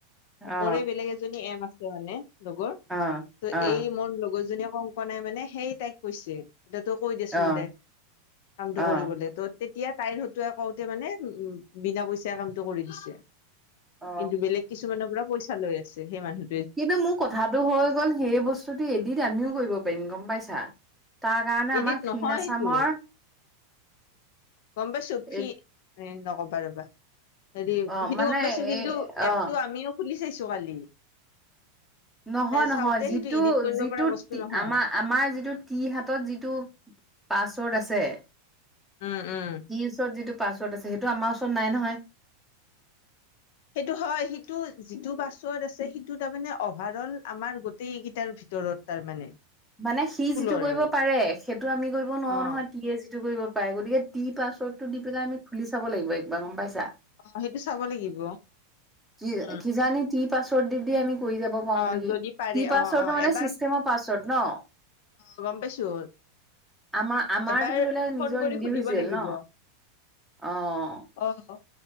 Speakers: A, in the centre; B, on the left (about 65°).
A: অ
B: মোৰে বেলেগ এজনী এম আছে মানে লগৰ
A: অ
B: ত'
A: অ
B: এই মোৰ লগৰ জনীয়ে, কংকনাই মানে সেই তাইক কৈছে। যে তোক কৈ দেচোন
A: অ
B: দে কামটো
A: অ'।
B: কৰিবলৈ তত তেতিয়া তাইৰ হতুৱাই কওঁতে মানে বিনা পইচাই কামটো কৰি দিছে।
A: অ'।
B: কিন্তু বেলেগ কিছুমানৰ পৰা পইচা লৈ আছে সেই মানুহ
A: কিন্তু মোৰ কথাটো হৈ গ'ল সেই বস্তুটো এদিত আমিও কৰিব পাৰিম গম পাইছা। তাৰ কাৰণে আমাক
B: এডিত নহয়
A: ফিন আছামৰ
B: সেইটো গম পাইছোঁ। ফি,
A: এ
B: এ নকবা ৰ'বা। হেৰি
A: অ'
B: সিটো
A: মানে
B: গম পাইছোঁ কিন্তু
A: এই অ'।
B: এপটো আমিও খুলি চাইছো কালি।
A: নহয় নহয়
B: চাওঁতে
A: যিটো,
B: সেইটো ইডিট কৰিব
A: যিটো
B: পৰা বস্তু নহয়
A: আমা, আমাৰ যিটো টিহাতত যিটো পাছৱৰ্ড আছে। টি
B: উম উম
A: ওচৰত যিটো পাছৱৰ্ড আছে সেইটো আমাৰ ওচৰত নাই নহয়।
B: সেইটো হয় সিটো যিটো পাছৱৰ্ড আছে সিটো তামানে অভাৰঅল আমাৰ গোটেইকিইটাৰ ভিতৰত তাৰমানে।
A: মানে সি
B: স্কুলৰ
A: যিটো কইব
B: আৰু
A: পাৰে সেটো আমি কৰিব নোৱাও
B: অ
A: নহয় তিয়ে যিটো কইব পাই গতিকে টি পাছৱৰ্ডটো দি পেলাই আমি খুলি চাব লাগিব একবাৰ গম পাইছা।
B: অ' সেটো চাব লাগিব।
A: কি-কিজানি
B: উম
A: টি পাচৱৰ্ড দি দি আমি কই যাব পাও
B: অ
A: নেকি।
B: যদি
A: কি
B: পাৰে
A: পাছৱৰ্ডটো
B: অ
A: মানে
B: এবাৰ
A: চিচটেমৰ পাছৱৰ্ড ন?
B: অ' গম পাইছো।
A: আমাৰ আমাৰতো
B: এবাৰ
A: ধৰি লোৱা
B: ফ'ন
A: নিজৰ
B: কৰি
A: ইণ্ডিভিজুৱেল
B: সুধিব লাগিব।
A: ন? অ'
B: অ'